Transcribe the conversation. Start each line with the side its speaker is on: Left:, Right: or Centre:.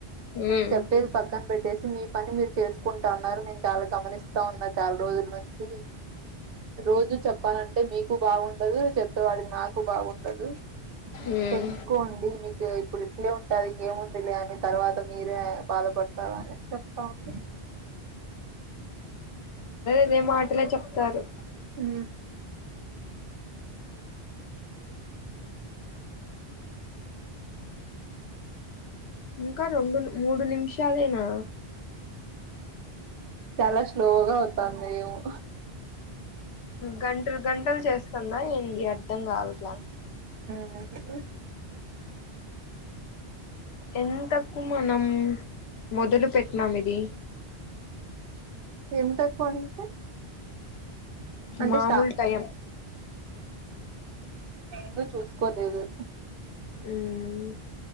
Right: నేను
Left: ఉమ్
Right: చెప్పేది పక్కన పెట్టేసి మీ పని మీరు చేసుకుంటా ఉన్నారు, నేను చాలా గమనిస్తా ఉన్నా చాలా రోజుల నుంచి. రోజు చెప్పాలంటే మీకు బాగుండదు, చెప్పేవాడికి నాకు బాగుం డదు
Left: ఉమ్
Right: తెలుసుకోండి మీకు ఇప్పుడు ఇట్లే ఉంటాది ఏముంది లే అని. తర్వాత మీరే బాధపడు పర్వాలే చెప్తా ఉంది.
Left: అదే మాటలే చెప్తారు.
Right: హ్
Left: ఇంకా రెండు మూడు నిమిషాలేనా
Right: చాలా స్లోగా అవుతాంది ఎమో.
Left: గంటలు గంటలు చేస్తుందా ఏంది అర్ధం కాదసలా.
Right: ఎందుకు?
Left: ఎంతకు మనం మొదలు పెట్టినాం ఇది. <inaudible>
Right: ఎంతకు అంటే. అంటే
Left: మామూలు
Right: స్టా
Left: టయం
Right: నేను చూసుకోలేదు.
Left: హ్